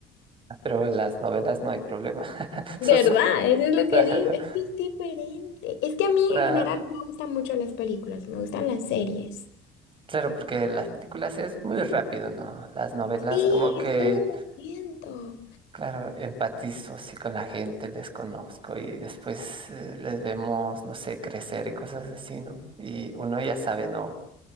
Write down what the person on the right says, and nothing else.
Pero en las novelas no hay problema. <laughs>
Son súper
<laughs>
Claro,
claro, porque las películas es muy rápido, ¿no? Las novelas
como que,
claro, empatizo así con la gente, les conozco y después eh, les vemos, no sé, crecer y cosas así, ¿no? Y uno ya sabe, ¿no? Un